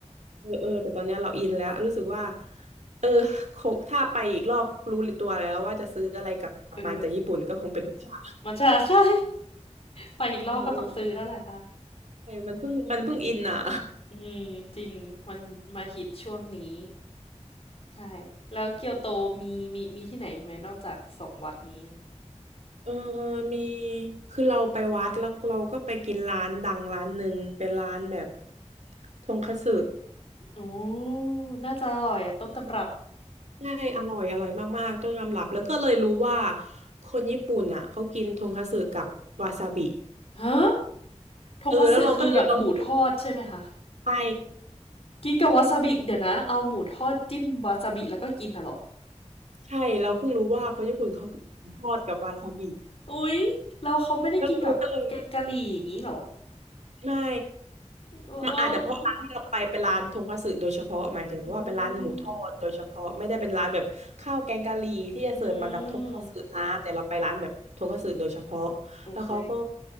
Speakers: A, on the right; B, on the left.
A: เออเออแต่ตอนเนี้ยเราอินแล้วรู้สึกว่าเออคงถ้าไปอีกรอบรู้ตัวแล้วว่าจะซื้ออะไรกลับมาจากญี่ปุ่นก็คงเป็นมัทฉะ
B: เออมัทฉะใช่ ไปอีกรอบก็ต้องซื้อแล้วแหละค่ะ
A: เออเออเออมันเพิ่งมันเพิ่งอินอ่ะ
B: อืมจริงมันมาฮิตช่วงนี้ใช่แล้วเกียวโตมีมีมีที่ไหนอีกไหมนอกจากสองวัดนี้นะ
A: เออมีคือเราไปวัดแล้วเราก็ไปกินร้านดังร้านหนึ่งเป็นร้านแบบทงคัตสึ
B: โอ้น่าจะอร่อยต้นตำรับ
A: ใช่อร่อยอร่อยมากๆต้องยอมรับ แล้วก็เลยรู้ว่าคนญี่ปุ่นอ่ะเขากินทงคัตสึกับวาซาบิ
B: ฮะทงคัตสึคือแบบหมูทอดใช่ไหมคะ
A: เออแล้วเราก็เลยลองกินใช่
B: กินกับวาซาบิเดี๋ยวนะเอาหมูทอดจิ้มวาซาบิแล้วก็กินน่ะเหรอ
A: ใช่เราเพิ่งรู้ว่าคนญี่ปุ่นเขากินทอดกับวาซาบิ
B: อุ๊ยแล้วเขาไม่ได้กินกับแกงกะหรี่อย่างนี้เหรอ
A: แล้วเราก็เลยไม่
B: เออ
A: มันอาจจะเพราะร้านที่เราไปเป็นร้านทงคัตสึโดยเฉพาะหมายถึงว่าเป็นร้านหมูทอดโดยเฉพาะไม่ได้เป็นร้านแบบข้าวแกงกะหรี่ที่จะเสิร์ฟมากับทงคัตสึนะแต่เราไปร้านแบบทงคัตสึโดยเฉพาะ
B: อืมอืมโอเค
A: แล้วเขาก็